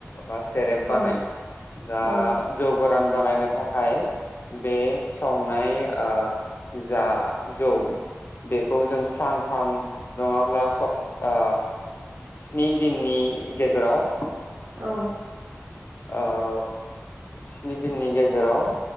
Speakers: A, on the left; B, on the right.
A: बा सेरेब
B: औ
A: बानायो दा
B: औ
A: जौ गो रान बानायनो थाखाय बे संनाय ओ जा जौ बेखौ जों सानथाम नङाब्ला सप ओ स्नि दिननि गेजेराव
B: औ
A: ओ स्नि दिननि गेजेराव